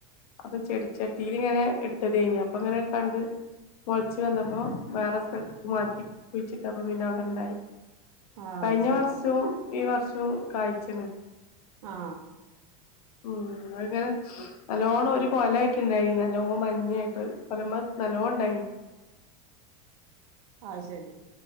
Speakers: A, on the left; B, on the right.
A: അപ്പൊ ചെടിച്ചട്ടിൽ ഇങ്ങനെ ഇട്ടതെയ്നു. അപ്പ അങ്ങനെ കണ്ട് മുളച്ച് വന്നപ്പോ വേറെ സ്ഥലത്ക്ക് മാറ്റി കുഴിച്ചിട്ടപ്പോ പിന്നെ അവിടെ ഉണ്ടായി.
B: ആഹ്
A: കഴിഞ്ഞ
B: അത് ശരി
A: വർഷവും ഈ വർഷവും കാഴ്ച്ണ്
B: ആ
A: ഉം അങ്ങനെ നല്ലോണം ഒരു കൊലായിട് ണ്ടായി നല്ലോ മഞ്ഞയാ കൊലമ്മേ നല്ലോണം ഉണ്ടായി.
B: അയ് ശരി